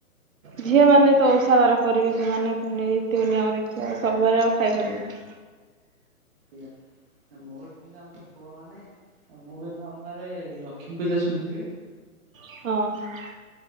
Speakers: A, on the right; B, on the right.
A: ଝିଅ ମାନେ ତ ଓଷାବାର କରିବେ ସେମାନେ ପୁଣି ରୀତି ନିୟମ ଦେଖିବେ, ସବୁବାରେ ଆଉ ଖାଇପାରିବେନି।
B: ଆଜ୍ଞା, ମୋର ଚିନ୍ତା ଆମେ ତ ପୁଅ ମାନେ। ମୁଁ କହିଲି ଆମ ଗାଁ ରେ ଲକ୍ଷ୍ମୀ ପୂଜା ଶୁଣିଥିବେ?
A: ହଁ।